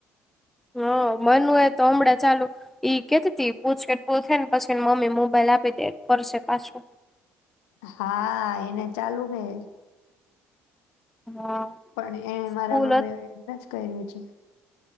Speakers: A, in the centre; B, on the left.
A: હા, મન હોય એ તો હમણાં ચાલુ ઈ કેતી પૂછ કેટ પૂરુ થાઈ ને પછીને મમ્મી મોબાઈલ આપી દે કરશે પાશુ
B: હા, એને ચાલુ હે.
A: હા
B: પણ એ મારા
A: સ્કૂલ
B: મમ્મી <unintelligible> કયરુ છે.